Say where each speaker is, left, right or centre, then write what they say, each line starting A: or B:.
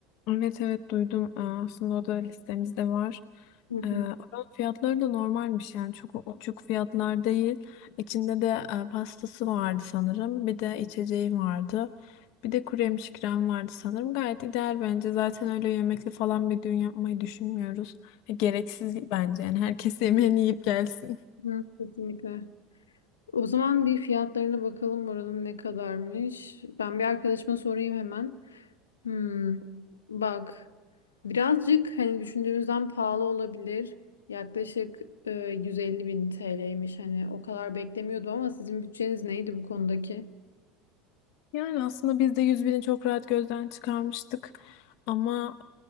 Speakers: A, on the left; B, on the left.
A: Evet evet duydum. Aa, Aslında o da listemizde var.
B: Hı hı.
A: Ee, oranın fiyatları da normalmiş yani çok uçuk fiyatlar değil. İçinde de e, pastası vardı sanırım. Bir de içeceği vardı. Bir de kuru yemiş krem vardı sanırım. Gayet ideal bence. Zaten öyle yemekli falan bir düğün yapmayı düşünmüyoruz. E, Gereksiz bence yani herkes yemeğini yiyip gelsin.
B: Hı, kesinlikle. O zaman bir fiyatlarına bakalım oranın ne kadarmış. Ben bir arkadaşıma sorayım hemen. Hmm, bak birazcık hani düşündüğümüzden pahalı olabilir. Yaklaşık e, 150 bin TL'ymiş hani o kadar beklemiyordum ama sizin bütçeniz neydi bu konudaki?
A: Yani aslında biz de 100.000'i çok rahat gözden çıkarmıştık. Ama